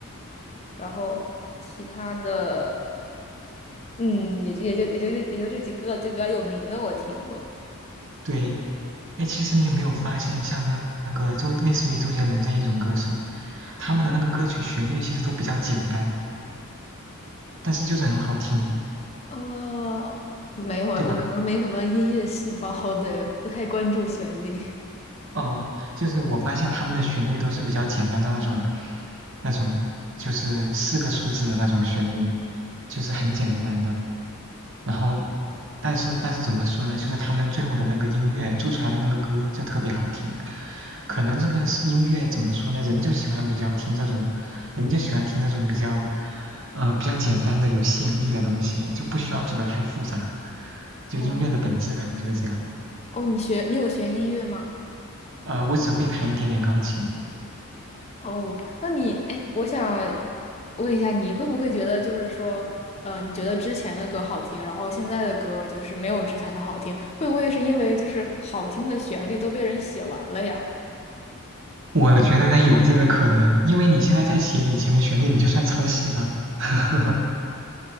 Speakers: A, on the left (about 30°); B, on the right (about 60°).
A: 然后其他的嗯，也就也就也就这也就这几个就比较有名的我听过。
B: 对，哎，其实你有没有发现，像那那个周类似于周杰伦这一种歌手？他们的那个歌曲旋律其实都比较简单，但是就是很好听，
A: 呃，没有，我可能没什么音乐细胞，
B: 对吧？
A: 对，不太关注旋律。
B: 哦，就是我发现他们的旋律都是比较简单的那种，那种就是四个数字的那种旋律，就是很简单的。然后，但是但是怎么说呢？就是他们最后的那个音乐做出来的那个歌就特别好听。可能这个是音乐怎么说呢？人就喜欢比较听这种，人就喜欢听这种比较，呃，比较简单的有吸引力的东西，就不需要做的太复杂。就音乐的本质可能就是这样。
A: 哦哦，你学你有学音乐吗？
B: 呃，我只会弹一点点钢琴，
A: 哦，那你，哎，我想问一下，你会不会觉得就是说，呃，你觉得之前的歌好听，然后现在的歌就是没有之前的好听，会不会是因为就是好听的旋律都被人写完了呀？
B: 我觉得有这个可能，因为你现在在写以前的旋律，你就算抄袭了，<laughs>